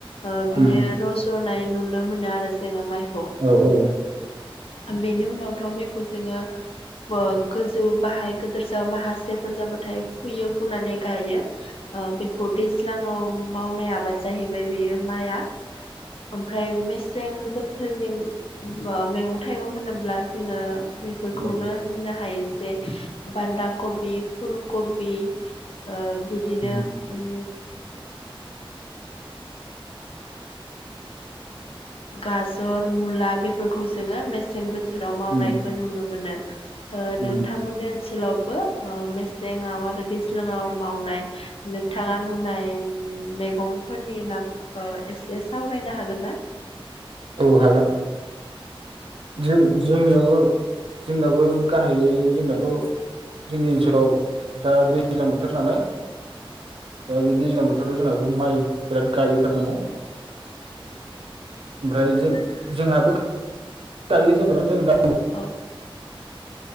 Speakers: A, on the left; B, on the right.
A: आ
B: उम
A: बियो रज'नाय नुनो मोनो आरो जोङो माइ
B: औ औ। उ।
A: बेनि उनावथ' बेखौ जोङो ब गोजौ बाहाय गोदोर सो माखासेफोर जाबाथाय फुयो फुनानै गायो आ बेखौ दैज्लाङाव मावनाय आबाद जाहैबाय बेयो माइआ ओमफ्राय मेसें बोथोरनि बा मैगं थाइगं होनोब्ला जोङो बेफोरखौनो
B: औ
A: होननो हायो जे बान्दा कबि फुलकबि ओ बिदिनो
B: उम
A: उ गाजर मुला फोरखौ जोङो मेस सें बोथोराव मावनायखौ
B: उम
A: नुनो मोनो ओ नोंथांमोननि
B: उम
A: ओनसोलावबो ओ मेसें आबाद दा बेस ज्लांआव मावनाय नों, थाङा नुनाय मेगंफोरनि नाम ओ एसे सावरायनो हागोन ना।
B: औ हागोन। जों-जोंनियावबो जोंनाबो गाहायै जोंनाथ' जोंनि ओनसोलाव दा दैज्लां बोथोर नालाय ऐ़ दा बे दैज्लां बोथोर जोंना माइ बिराद गायो थारमाने ओमफ्राय जों जोंहाबो गायो जेनेबा जोंदा
A: औ